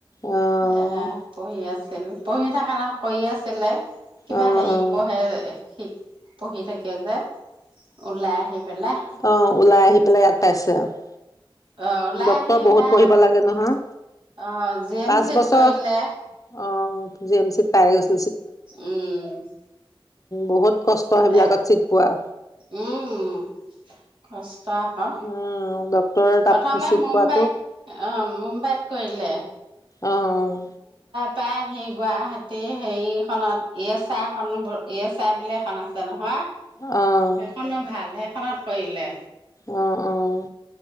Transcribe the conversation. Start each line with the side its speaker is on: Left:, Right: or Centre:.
Left: অ',
Right: এ পঢ়ি আছো আছিল পঢ়ি থাকে ল কৰি আছিল পেলেই কিবা
Left: অ', অ',
Right: হেৰি পঢ়ে শিক পঢ়ি থাকে যে ওলাই আহি পেলাই
Left: অহ ওলাই আহি পেলাই ইয়াত পাইছে অহ <inaudible>
Right: অ ওলাই
Left: ডক্তৰ
Right: আহি
Left: বহুত
Right: সেয়া
Left: পঢ়িব লাগে নহয়
Right: অ' জিম
Left: পাঁচ
Right: চি
Left: বছৰ
Right: কৰিলে <inaudible>
Left: অ' জি এম চিত পাই গৈছে
Right: উম <inaudible>
Left: বহুত <inaudible> কষ্ট সেইবিলাকত
Right: এ
Left: চিক পোৱা
Right: উম কষ্ট আকৌ
Left: উম তাত
Right: প্ৰথমে
Left: চিট
Right: মুম্বাইত
Left: পোৱাটো
Right: অ মুম কৰিলে
Left: অহ
Right: তায় আহি সেই গুৱাহাটীৰ হেৰিখনত এই চাহ এখন এই চাহ বুলি এখন আছে নহয়
Left: অ',
Right: সেইখনো ভাল হে খেলত কৰিলে।
Left: আহঁ অঁ'